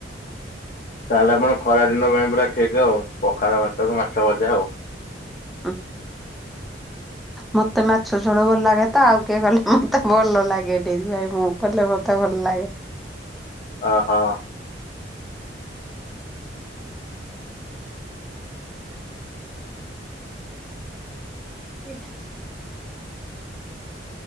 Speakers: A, on the left (about 50°); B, in the centre.
A: ତାହେଲେ ଆପଣ ଖରା ଦିନ ପାଇଁ ପୁରା ଠିକ ଆଉ ପଖାଳ ଭାତକୁ ମାଛ ଭଜା ଆଉ।
B: ଉଁ। ମତେ ମାଛ ଝୋଳ ଭଲ ଲାଗେ ତ ଆଉ କିଏ କଲେ ମତେ ଭଲ ଲାଗେନି ସେଥିପାଇଁ ମୁଁ। କଲେ ମତେ ଭଲ ଲାଗେ।
A: ଓହୋ।
B: <inaudible>